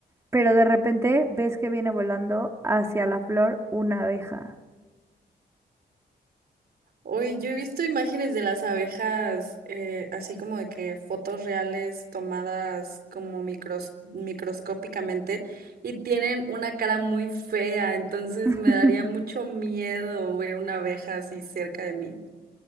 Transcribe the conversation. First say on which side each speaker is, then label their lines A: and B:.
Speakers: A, on the right (about 15°); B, on the right (about 65°).
A: pero de repente ves que viene volando hacia la flor una abeja?
B: Hoy yo he visto imágenes de las abejas, eh, así como de que fotos reales tomadas como micros- microscópicamente y tienen una cara muy fea, entonces
A: <laughs>
B: me daría mucho miedo ver una abeja así cerca de mí.